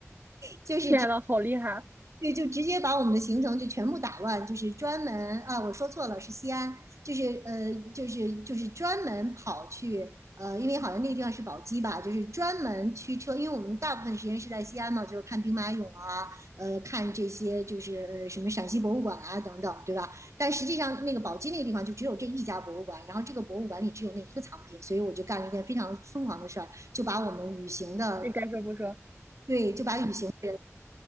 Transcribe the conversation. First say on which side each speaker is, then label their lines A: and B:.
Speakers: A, on the right (about 40°); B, on the right (about 70°).
A: <laughs>
B: 就是
A: 天呐，好厉害！
B: 对，就直接把我们的行程就全部打乱，就是专门啊，我说错了，是西安，就是呃，就是就是专门跑去呃，因为好像那个地方是宝鸡吧，就是专门驱车，因为我们大部分时间是在西安嘛，就是看兵马俑啊，呃，看这些就是呃什么陕西博物馆啊等等，对吧？但实际上那个宝鸡那个地方就只有这一家博物馆，然后这个博物馆里只有那一个藏品，所以我就干了一件非常疯狂的事儿，就把我们旅行的
A: 这该说不说。
B: 对，就把旅行的人